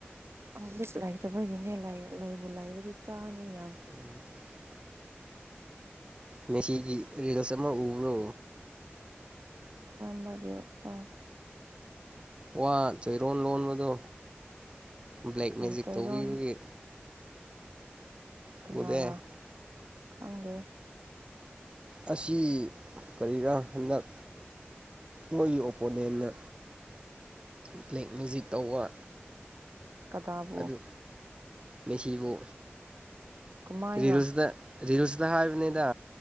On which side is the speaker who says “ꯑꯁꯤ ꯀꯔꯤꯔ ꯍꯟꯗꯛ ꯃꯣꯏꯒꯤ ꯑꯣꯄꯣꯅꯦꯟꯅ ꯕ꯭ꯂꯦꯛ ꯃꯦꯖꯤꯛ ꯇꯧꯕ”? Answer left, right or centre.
Right